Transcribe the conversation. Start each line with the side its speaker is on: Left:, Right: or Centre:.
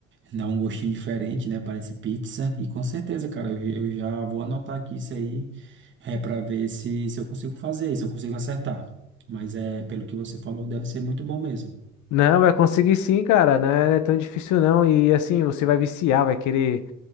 Right: dá um gostinho diferente, né? Parece pizza. E com certeza, cara, eu, eu já vou anotar aqui isso aí, é, pra ver se, se eu consigo fazer, se eu consigo acertar. Mas é, pelo que você falou, deve ser muito bom mesmo.
Left: Não, vai conseguir sim, cara. Não é não é tão difícil não. E assim, você vai viciar, vai querer,